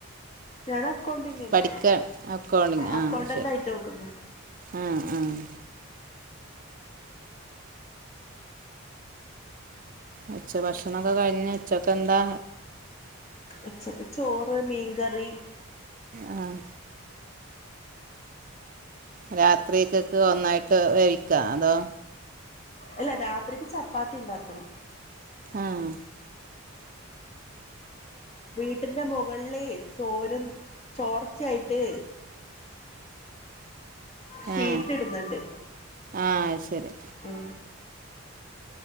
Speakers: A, on the left; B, on the right.
A: ഞാൻ അക്കൗണ്ടിങ്ങിന്
B: പഠിക്കൻ അക്കൗണ്ടിങ്
A: അക്കൗണ്ടന്റ്
B: ആഹ് ശരി
A: ആയിട്ട് നോക്കുന്നു
B: ആഹ് ആഹ് ഉച്ച ഭക്ഷണൊക്കെ കഴിഞ്ഞ ഉച്ചക്കെന്താ?
A: ഉച്ചക്ക് ചോറ് മീൻകറി.
B: ആഹ് രാത്രിക്കക്ക് ഒന്നായിട്ട് വേവിക്കൊ അതോ?
A: അല്ല രാത്രിക്ക് ചപ്പാത്തി ഉണ്ടാക്കണം.
B: ആഹ്
A: വീട്ടിന്റെ മൊകളില് ചോരും ചോർച്ചയായിട്ട് സീറ്റ്ട്ന്ന്ണ്ട്.
B: ആഹ് ആഹ് അഹ് ശരി.
A: ഉം.